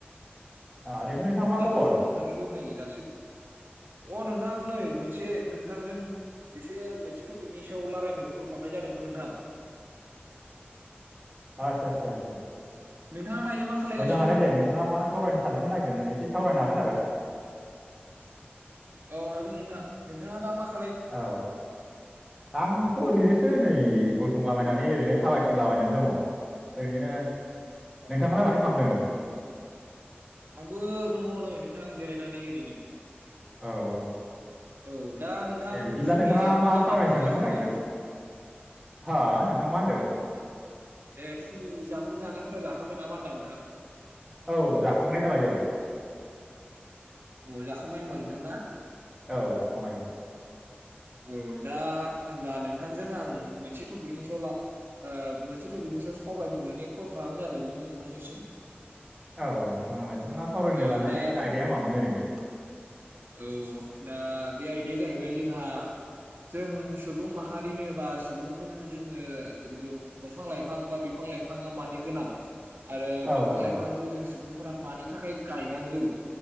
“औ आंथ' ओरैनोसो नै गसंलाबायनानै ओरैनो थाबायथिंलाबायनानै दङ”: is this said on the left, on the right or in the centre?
Centre